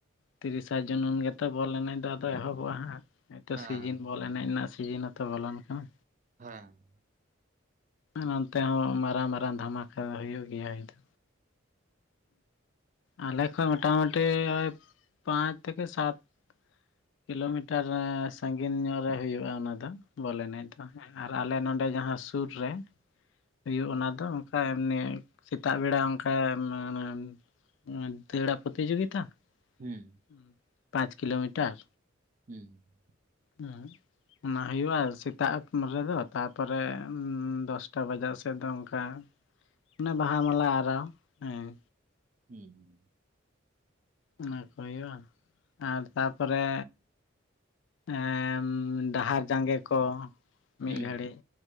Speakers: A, on the left; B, on the right.
A: ᱛᱤᱨᱤᱥᱟ ᱡᱩᱱᱩᱱ ᱜᱮᱛᱚ ᱵᱚᱞ ᱮᱱᱮᱡ ᱫᱚ ᱟᱫᱚ ᱮᱦᱚᱵᱚᱜ-ᱟ ᱦᱟᱸᱜ, ᱱᱤᱛᱳᱜ
B: ᱦᱮᱸ
A: ᱥᱤᱡᱤᱱ ᱵᱚᱞ ᱮᱱᱮᱡ ᱨᱮᱱᱟᱜ ᱥᱤᱡᱤᱱ ᱦᱚᱸᱛᱚ ᱵᱚᱞᱚᱱ ᱠᱟᱱᱟ᱾
B: ᱦᱮᱸ᱾
A: ᱱᱚᱱᱛᱮ ᱦᱚᱸ ᱢᱟᱨᱟᱝ ᱢᱟᱨᱟᱝ ᱫᱷᱟᱢᱟᱠᱟ ᱦᱩᱭᱩᱜ ᱜᱮᱭᱟ ᱦᱩᱭ ᱫᱚ, ᱟᱞᱮ ᱠᱷᱚ ᱢᱚᱴᱟ ᱢᱩᱩᱴᱤ ᱳᱭ ᱯᱟᱸᱪ ᱛᱷᱮᱠᱮ ᱥᱟᱛ ᱠᱤᱞᱳᱢᱤᱴᱟᱨ ᱥᱟᱺᱜᱤᱧ ᱧᱚᱜ ᱨᱮ ᱦᱩᱭᱩᱜ-ᱟ ᱚᱱᱟ ᱫᱚ ᱵᱚᱞ ᱮᱱᱮᱡ ᱫᱚ ᱦᱮᱸ᱾ ᱟᱨ ᱟᱞᱮ ᱱᱚᱰᱮ ᱡᱟᱦᱟᱸ ᱥᱩᱨ ᱨᱮ ᱦᱩᱭᱩᱜ ᱚᱱᱟ ᱫᱚ ᱚᱝᱠᱟ ᱮᱢᱱᱤ ᱥᱮᱛᱟᱜ ᱵᱮᱲᱟ ᱚᱝᱠᱟ ᱢᱮ ᱱᱮᱱ ᱫᱟᱹᱲᱟ ᱯᱚᱛᱤᱡᱳᱜᱤᱛᱟ
B: ᱦᱩᱸ᱾
A: ᱦᱩᱸ ᱯᱟᱸᱪ ᱠᱤᱞᱳᱢᱤᱴᱟᱨ,
B: ᱦᱩᱸ᱾
A: ᱦᱩᱸ᱾ ᱚᱱᱟ ᱦᱩᱭᱩᱜᱼᱟ ᱥᱮᱛᱟᱜ ᱨᱮᱫᱚ ᱛᱟᱯᱚᱨᱮ ᱫᱚᱥᱴᱟ ᱵᱟᱡᱟᱜ ᱥᱮᱫ ᱫᱚ ᱚᱱᱠᱟ ᱚᱱᱮ ᱵᱟᱦᱟ ᱢᱟᱞᱟ ᱟᱨᱟᱣ ᱦᱮᱸ᱾
B: ᱦᱩᱸ᱾
A: ᱚᱱᱟ ᱠᱚ ᱦᱩᱭᱩᱜᱼᱟ, ᱟᱨ ᱛᱟᱯᱚᱨᱮ ᱮᱸᱻ ᱰᱟᱦᱟᱨ ᱡᱟᱸᱜᱮ ᱠᱚ ᱢᱤᱫ
B: ᱦᱩᱸ,
A: ᱜᱷᱟᱹᱲᱤᱡ